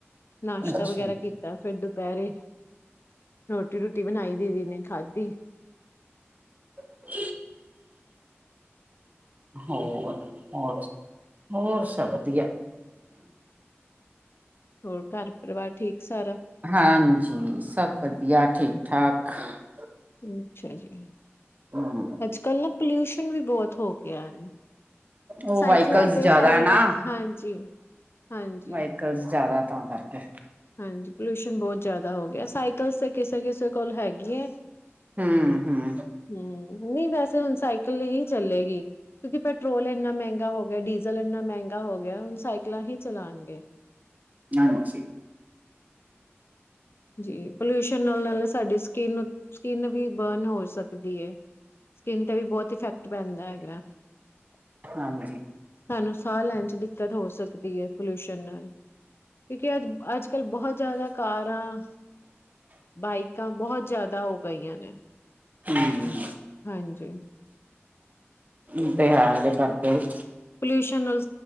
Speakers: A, on the left (about 60°); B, on the right (about 35°).
A: ਨਾਸ਼ਤਾ
B: ਅੱਛਾ
A: ਵਗੈਰਾ ਕੀਤਾ। ਫਿਰ ਦੁ ਦੁਪਹਿਰੇ, ਰੋਟੀ ਰੂਟੀ ਬਣਾਈ ਦੀਦੀ ਨੇ, ਖਾਧੀ।
B: <inaudible> ਹੋਰ, ਹੋਰ, ਹੋਰ। ਵਧੀਆ।
A: ਹੋਰ ਘਰ ਪਰਿਵਾਰ ਠੀਕ ਸਾਰਾ
B: ਹਾਂਜੀ, ਸਭ ਵਧੀਆ, ਠੀਕ। <unintelligible>
A: ਅੱਛਾ ਜੀ।
B: ਹਮ
A: ਅੱਜ ਕੱਲ ਨਾ, ਪੋਲਿਊਸ਼ਨ ਵੀ ਬਹੁਤ ਹੋ ਗਿਆ।
B: ਉਹ
A: ਸਾਈਕਲਾਂ
B: ਵਹੀਕਲਸ
A: ਤੇ
B: ਜਿਆਦਾ
A: ਹੈ ਹੀ ਨਹੀਂ
B: ਨਾ।
A: ਹਾਂਜੀ ਹਾਂਜੀ
B: ਵਹੀਕਲਸ ਜਿਆਦਾ। ਤਾਂ ਕਰਕੇ।
A: ਹਾਂਜੀ, ਪੋਲਿਊਸ਼ਨ ਬਹੁਤ ਜਿਆਦਾ ਹੋ ਗਿਆ। ਸਾਈਕਲ ਤੇ ਕਿਸੇ ਕਿਸ <unintelligible> ਕੋਲ ਹੈਗੀ ਹੈ।
B: ਹਮ ਹਮ
A: ਹਮ। ਨਹੀਂ ਵੈਸੇ ਹੁਣ ਸਾਈਕਲ ਹੀ ਚੱਲੇਗੀ। ਕਿਉਂਕਿ ਪੈਟਰੋਲ ਇੰਨਾ ਮਹਿੰਗਾ ਹੋ ਗਿਆ, ਡੀਜ਼ਲ ਇੰਨਾ ਮਹਿੰਗਾ ਹੋ ਗਿਆ। ਹੁਣ ਸਾਈਕਲਾਂ ਹੀ ਚਲਾਉਣਗੇ।
B: ਜਾਨ ਮਸੀ।
A: ਜੀ, ਪਲਿਊਸ਼ਨ ਨਾਲ ਨਾਲ ਸਾਡੀ ਸਕਿਨ, ਸਕਿੰਨ ਵੀ ਬਰਨ ਹੋ ਸਕਦੀ ਏ। ਸਕਿੰਨ ਤੇ ਵੀ ਬਹੁਤ ਇਫੈਕਟ ਪੈਂਦਾ ਹੈਗਾ
B: ਹਾਂਜੀ
A: ਸਾਨੂੰ ਸਾਹ ਲੈਣ ਚ ਦਿੱਕਤ ਹੋ ਸਕਦੀ ਏ ਪੋਲਿਊਸ਼ਨ ਨਾਲ। ਕਿਉਂਕਿ ਅੱਜ ਅੱਜ- ਅੱਜ ਕਲ ਬਹੁਤ ਜ਼ਾਦਾ ਕਾਰਾਂ, ਬਾਈਕਾਂ ਬਹੁਤ ਜ਼ਾਦਾ ਹੋ ਗਈਆਂ ਨੇ।
B: ਹੂੰ।
A: ਹਾਂਜੀ।
B: ਏ ਤੇ ਹੈ। ਇਹਦੇ ਕਰਕੇ ਈ।
A: ਪੋਲਿਊਸ਼ਨ ਨਾਲ।